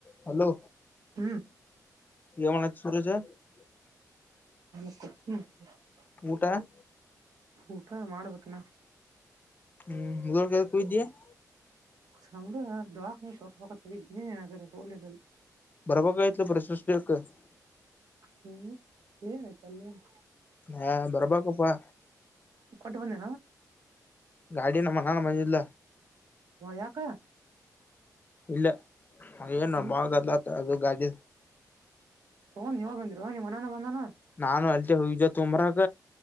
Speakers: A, on the left; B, on the right.
A: ಹಲೋ,
B: ಹ್ಮ್
A: ವನ ಸುರಜ <unintelligible>
B: ಹ್ಮ್ <inaudible>
A: ಊಟ, -
B: ಊಟ ಮಾಡ್ಬೇಕಿನ.
A: ಹ್ಮ ಜರಗ ಕ ದೆ <unintelligible>
B: ಸಂಗ ದಾಸ ತೊಟ <unintelligible> ಪಕ್ಕ ತಗಿದ್ದನ ಅರ ಹೋಲಗಳು
A: ಬರಬೇಕಾಗೀತ್ಲು ಪ್ರಶಷ್ಟಕ್ಕ <unintelligible>
B: ಹ್ಮ್, ಎನ ಐತ ಅಲ್ಲೇನೆ
A: ಹಾ ಬರ್ಬೇಕುಪ್ಪಾ.
B: ಬನ್ನ
A: ಗಾಡಿನ ಮನಾನ ಬಂದಿಲ್ಲ
B: ಒ ಯಾಕ?
A: ಇಲ್ಲ ಹಾಗೇ ನ
B: ಹ್ಮ್
A: ಬಾಳ ಗದ್ಲಾತು ಅದು ಗಾಡಿದ್.
B: <unintelligible> ನೀವ ಬಂದರೋ ನಿಮ್ಮಣ್ಣನ ಬಂದಾನಾ.
A: ನಾನು ಅಲ್ತೆ ಹೋಗ್ದ ತುಂಬ್ರಕ